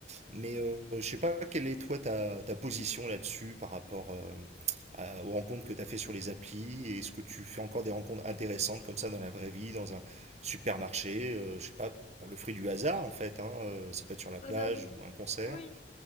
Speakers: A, on the right; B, on the left.
A: Mais euh, je sais pas quelle est toi ta, ta position là-dessus par rapport euh, à- aux rencontres que tu as fait sur les applis. Est-ce que tu fais encore des rencontres intéressantes comme ça dans la vraie vie, dans un supermarché, euh, je sais pas, par le fruit du hasard en fait, hein, euh, ça peut être sur la plage
B: Dans un-
A: ou un concert.
B: oui.